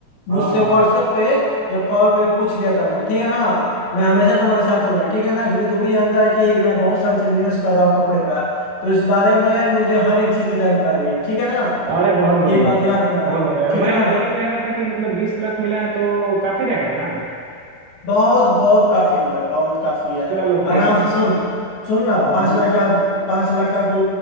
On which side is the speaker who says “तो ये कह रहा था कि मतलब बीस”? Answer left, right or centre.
Right